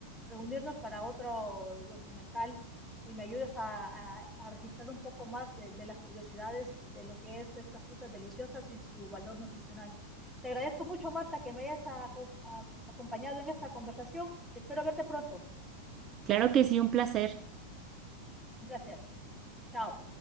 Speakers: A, in the centre; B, on the right.
A: reunirnos para otro documental y me ayudes a, a- a registrar un poco más de, de las curiosidades de lo que es estas frutas deliciosas y su valor nutricional. Te agradezco mucho, Marta, que me hayas aco- a- acompañado en esta conversación. Espero verte pronto.
B: Claro que sí, un placer.
A: Un placer. Chao.